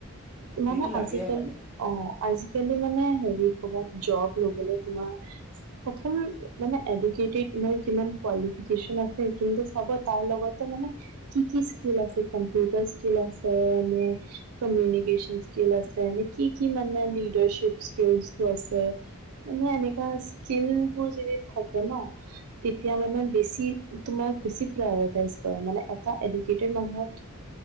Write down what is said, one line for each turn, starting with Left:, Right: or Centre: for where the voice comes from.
Right: মানে
Centre: সেইটো লাগে
Right: আজিকালি
Centre: মানে
Right: অ আজিকালি মানে হেৰি ক'বাত জব ল'বলে তোমাৰ অকণমান মানে এডুকেডেট কুৱালিফীকেচন আছে সেইটো চাব তাৰ লগতে-' মানে কি কি স্কিল আছে কম্পিউটাৰ স্কিল আছে মানে কমিউনিকশন স্কিল আছে নে কি কি মানে লিডাৰচিপ স্কিল আছে মানে এনেকুৱা স্কিল বোৰ যদি থাকে ন তেতিয়া মানে বেছি তোমাৰ বেছি প্ৰায় মানে এটা এডুকেটেত মানুহত